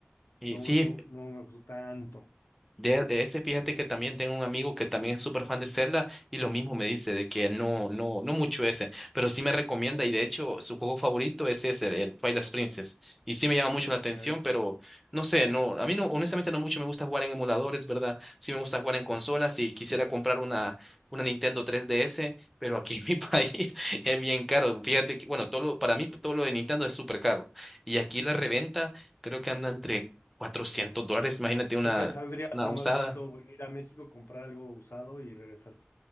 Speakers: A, in the centre; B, on the left.
A: Y
B: No,
A: sí,
B: no, no me gustó tanto.
A: De de ese, fíjate que también tengo un amigo que también es súper fan de Zelda y lo mismo me dice de que no, no, no mucho ese, pero sí me recomienda y de hecho su juego favorito es ese, el Twilight Princess. Y sí me llama mucho la
B: Ok.
A: atención, pero no sé, no, a mí no, honestamente no mucho me gusta jugar en emuladores, ¿verdad? Sí me gusta jugar en consolas y quisiera comprar una, una Nintendo 3DS, pero aquí en mi <laughs> país es bien caro. Fíjate que, bueno, todo lo- para mí todo lo de Nintendo es súper caro y aquí la reventa creo que anda entre 400 dólares, imagínate una
B: O sea, te saldría hasta
A: una usada.
B: más barato venir a México, comprar algo usado y regresar.